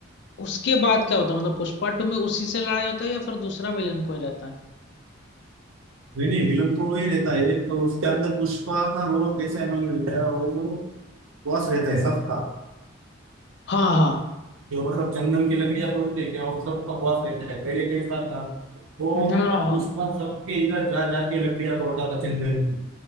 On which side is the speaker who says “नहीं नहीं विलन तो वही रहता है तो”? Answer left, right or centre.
Right